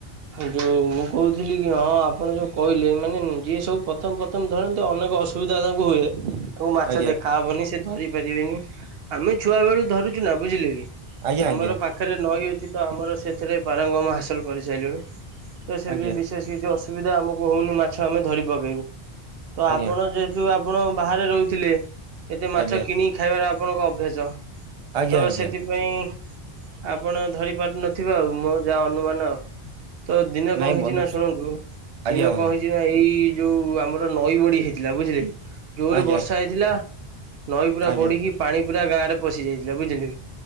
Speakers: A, on the right; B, on the right.
A: ଯୋଉ ମୁଁ କହୁଥିଲି କି ହଁ ଆପଣ ଯୋଉ କହିଲେ ମାନେ ଯିଏ ସବୁ ପ୍ରଥମ ପ୍ରଥମ ପ୍ରଥମ ଧରନ୍ତି ଅନେକ ଅସୁବିଧା ତାଙ୍କୁ ହୁଏ। ତାଙ୍କୁ ମାଛ
B: ଆଜ୍ଞା
A: ଦେଖା ହେବେନି ସେ ଧରି ପାରିବେନି, ଆମେ ଛୁଆ ବେଳୁ ଧରୁଛୁ ନା ବୁଝିଲେ କି।
B: ଆଜ୍ଞା ଆଜ୍ଞା
A: ଆମର ପାଖରେ ନଈ ଅଛି ତ ଆମର ସେଥିରେ ପାରଙ୍ଗମ ହାସଲ କରିସାରିଲୁଣି। ତ ସେ
B: ଆଜ୍ଞା
A: ବିଶେଷ କିଛି ଅସୁବିଧା ଆମକୁ ହଉନି ମାଛ ଆମେ ଧରି ପକେଇବୁ, ତ ଆପଣ
B: ଆଜ୍ଞା
A: ଯେ ହେତୁ ଆପଣ ବାହାରେ ରହୁଥିଲେ, ଏତେ ମାଛ
B: ଆଜ୍ଞା
A: କିଣିକି ଖାଇବାର ଆପଣଙ୍କ ଅଭ୍ୟାସ।
B: ଆଜ୍ଞା
A: ତ
B: ଆଜ୍ଞା
A: ସେଥିପାଇଁ ଆପଣ ଧରି ପାରୁନଥିବେ ଆଉ ମୋର ଯାହା ଅନୁମାନ ଆଉ। ତ ଦିନେ
B: ନାଇଁ
A: କଁ ହେଇଚି
B: ବନ୍ଧୁ
A: ନା ଶୁଣନ୍ତୁ,
B: ଆଜ୍ଞା
A: ଦିନେ
B: ବନ୍ଧୁ
A: କଁ ହେଇଚି ନା ଏଇ ଯୋଉ ଆମର ନଈବଢି ହେଇଥିଲା ବୁଝିଲେ, ଯୋରେ
B: ଆଜ୍ଞା
A: ବର୍ଷା ହେଇଥିଲା। ନଈ ପୁରା
B: ଆଜ୍ଞା
A: ବଢିକି ପାଣି ପୁରା ଗାଁରେ ପଶି ଯାଇଥିଲା ବୁଝିଲେ।